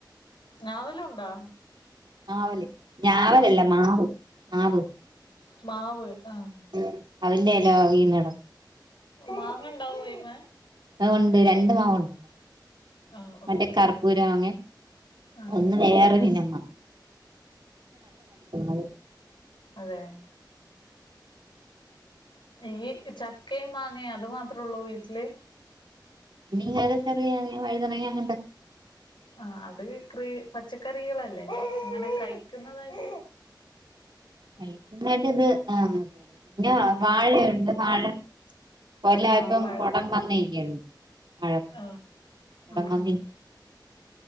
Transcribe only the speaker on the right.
മാവല് ഞാവലല്ല മാവ് മാവ്
ഉം അതിന്റെല വീണുകിടക്കും
ഒണ്ട് രണ്ട് മാവുണ്ട്
മറ്റേ കർപ്പൂരം മാങ്ങെ
ഒന്ന് വേറെ വിനമ്മ അത്
പിന്നെ ഇങ്ങനെ ചെറിയ വഴുതനങ്ങ അങ്ങനത്തെ
കഴുക്കുന്നായിട്ട് ഇത് ആഹ് മാത്രല്ല പിന്നെ വാഴയുണ്ട് വാഴ കൊല
ഇപ്പം
കൊടം വന്നിക്കാരുന്നു വാഴക്കൊല
കൊടം
വന്നി